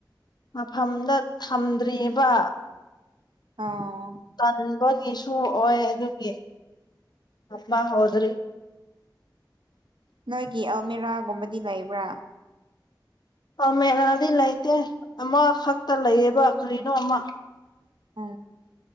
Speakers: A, on the left (about 60°); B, on the right (about 80°).
A: ꯃꯐꯝꯗ ꯊꯝꯗ꯭ꯔꯤꯕ
B: <unintelligible>
A: ꯇꯟꯕꯒꯤꯁꯨ ꯑꯣꯏ ꯑꯗꯨꯒꯤ ꯇꯝꯕ ꯍꯧꯗ꯭ꯔꯤ
B: ꯅꯣꯏꯒꯤ ꯑꯜꯃꯦꯔꯥꯒꯨꯝꯕꯗꯤ ꯂꯩꯕ꯭ꯔꯥ
A: ꯑꯃꯦꯔꯥꯗꯤ ꯂꯩꯇꯦ ꯑꯃꯈꯛꯇ ꯂꯩꯌꯦꯕ ꯀꯔꯤꯅꯣ ꯑꯃ
B: ꯑ